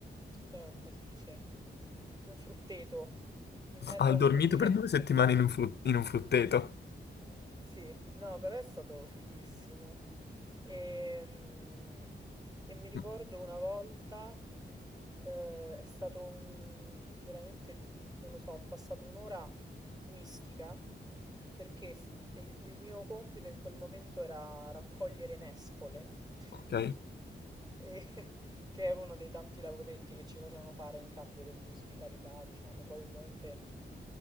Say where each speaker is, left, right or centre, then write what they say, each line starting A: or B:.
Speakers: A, on the right; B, on the left.
A: eh, come si dice? Un frutteto. In mezzo
B: Hai
A: a
B: dormito
A: un frutteto,
B: per due settimane
A: <laughs> praticamente.
B: in un, fru- in un frutteto?
A: Sì, no, però è stato fighissimo. Ehm, E, mi ricordo
B: Mm,
A: una volta, eh, è stato un... veramente, non lo so, ho passato un'ora mistica perché s- il, il mio compito in quel momento era raccogliere nespole. <laughs>
B: Ok.
A: E che era uno dei tanti lavoretti che ci facevano fare in cambio dell'ospitalità, diciamo. Poi ovviamente